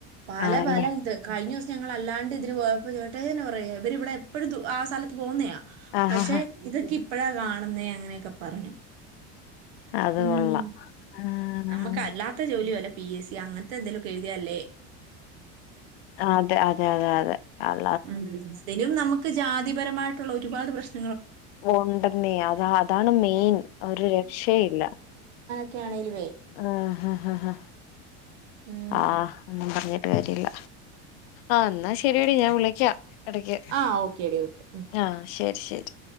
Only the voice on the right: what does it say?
പല
പല ഇത് കഴിഞ്ഞ ദിവ ഞങ്ങളല്ലാണ്ടിതിന് പോ അപ്പംചേട്ടായെന്നെ പറയാ അവരിവിടെ എപ്പഴും ആ സ്ഥലത്ത് പോന്ന്യ
പക്ഷേ ഇതൊക്കെപ്പ്‌ ഇപ്പഴാ കാണുന്നേ അങ്ങനെയൊക്കെ പറഞ്ഞു
ഉം
നമ്മുക്കല്ലാത്ത ജോലി വല്ലതും പി എസ്സി അങ്ങൻത്തെ എന്തെലൊക്കെ എഴുതിയാല്
ഉം വിളിച്ചില്ലെങ്കിലും നമുക്ക് ജാതിപരമാ ആയിട്ടുള്ള ഒരുപാട് പ്രശ്ന
ക്ക്യാണേലും
ഉം
ആഹ് ഓക്കേടി ഓക്കെ